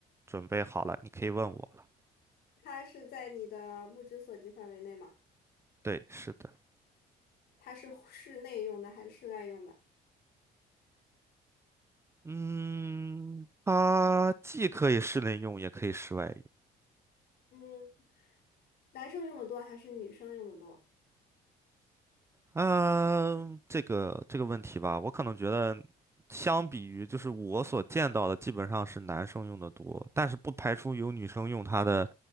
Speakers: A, on the right; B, on the left.
A: 准备好了，你可以问我了。
B: 它是在你的目之所及范围内吗？
A: 对，是的。
B: 它是室内用的还是室外用的？
A: 嗯，它既可以室内用，也可以室外用。
B: 嗯，男生用的多还是女生用的多？
A: 嗯，这个这个问题吧，我可能觉得，相比于就是我所见到的，基本上是男生用的多，但是不排除有女生用它的，